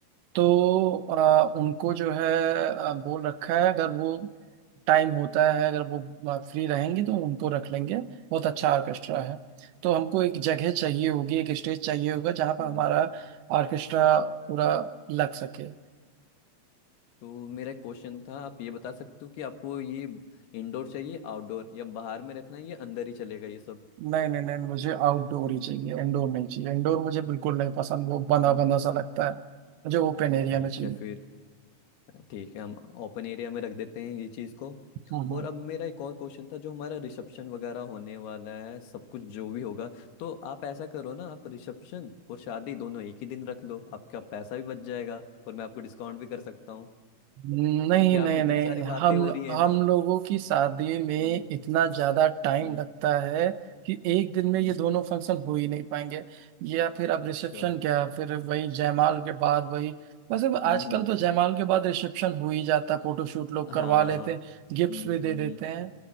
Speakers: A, on the right (about 80°); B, on the left (about 70°).
A: तो आ, उनको जो है आ, बोल रखा है अगर वो टाइम होता है अगर वो फ्री रहेंगे तो उनको रख लेंगे बहुत अच्छा ऑर्केस्ट्रा है तो हमको एक जगह चाहिए होगी एक स्टेज चाहिए होगा जहाँ पर
B: हम्म
A: हमारा ऑर्केस्ट्रा पूरा लग सके
B: तो मेरा एक क्वेश्चन था आप ये बता सकते हो कि आपको ये इंडोर चाहिए आउटडोर या बाहर में रखना है या अंदर ही चलेगा ये सब
A: नहीं नहीं नहीं मुझे आउटडोर ही चाहिए इंडोर नहीं चाहिए इंडोर मुझे बिल्कुल नहीं पसंद वो बंधा
B: हम्म
A: बंधा सा लगता है मुझे ओपन
B: अ,
A: एरिया
B: ठीक
A: में चाहिए
B: है फिर अ, ठीक है हम ओपन एरिया में रख देते हैं ये चीज़ को
A: हाँ हाँ
B: और अब मेरा एक और क्वेश्चन था जो हमारा रिसेप्शन वगैरह होने वाला है सब कुछ जो भी होगा तो आप ऐसा करो ना आप रिसेप्शन और शादी दोनों एक ही दिन रख लो आपका पैसा भी बच जाएगा और मैं आपको डिस्काउंट भी कर सकता हूँ
A: नहीं
B: क्योंकि आप
A: नहीं
B: इतनी
A: नहीं
B: सारी बातें
A: हम
B: हो रही है
A: हम
B: ना
A: लोगों की शादी में
B: हम्म
A: इतना ज्यादा टाइम
B: हम्म
A: लगता है कि एक दिन
B: हम्म,
A: में ये दोनों फंक्शन हो ही नहीं पाएंगे या फिर अब
B: अच्छा
A: रिसेप्शन
B: हम्म
A: क्या फिर वही जयमाल के बाद वही वैसे
B: हम्म।
A: आजकल तो जयमाल के बाद रिसेप्शन हो ही जाता है फोटोशूट लोग करवा
B: हाँ
A: लेते हैं गिफ्ट्स
B: हम्म,
A: भी दे देते हैं